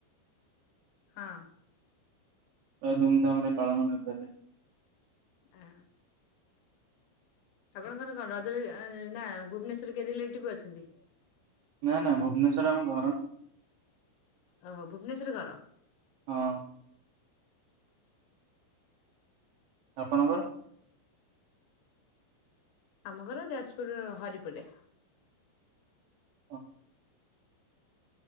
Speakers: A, on the left; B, on the right.
A: ହଁ।
B: ତ ଧୁମଧାମରେ ପାଳନ <unintelligible>
A: ଆ। ଆପଣଙ୍କର କଣ ରଜରେ <unintelligible> ନା ଭୁବନେଶ୍ୱର କିଏ ରିଲେଟିଭ୍ ଅଛନ୍ତି।
B: ନା ନା ଭୁବନେସ୍ୱରରେ ଆମ ଘର ନା।
A: ଓହୋ ଭୁବନେସ୍ୱରରେ ଘର?
B: ହଁ। ଆପଣଙ୍କର?
A: ଆମ ଘର ଯାଜପୁରର ହରିପୁରରେ।
B: ଓ।